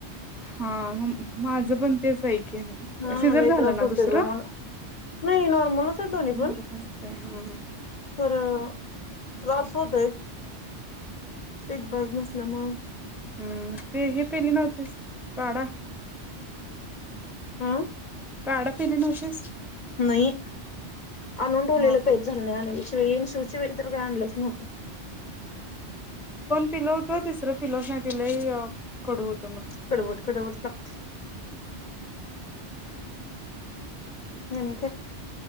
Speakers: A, in the centre; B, on the left (about 50°).
A: हा म माझं पण तेच हाय की,
B: नालय
A: सिजर झालं
B: त्रास
A: ना
B: होतोय
A: दुसरं
B: बाई मला नाही नॉर्मलच आहे दोन्हीं
A: आहे
B: पण
A: हा
B: खरं त्रास होतय? शेक भाज नसल्यामुळ
A: हूं ते हे पिली नव्हतीस काढा
B: हा
A: काडा पिली नव्हतीस?
B: नई आणून ठेवलेलं
A: हा
B: प्यायच
A: हा
B: झालं नाही आणि शिवाय <unintelligible> अग आणलंच नव्हतं.
A: पिल होत तिसरं पिल नाही ते लई कडू होत
B: कडवट कडवट लागतय आणि काय?